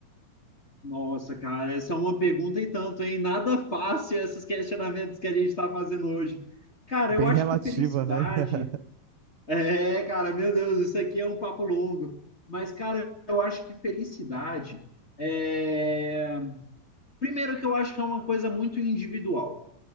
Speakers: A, on the left; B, on the right.
A: Nossa, cara, essa é uma pergunta e tanto, hein? Nada fácil esses questionamentos que a gente está fazendo hoje. Cara,
B: Bem
A: eu acho
B: relativa,
A: que felicidade
B: né? <laughs>
A: É, cara, meu Deus, isso aqui é um papo longo. Mas, cara, eu acho que felicidade é. Primeiro, que eu acho que é uma coisa muito individual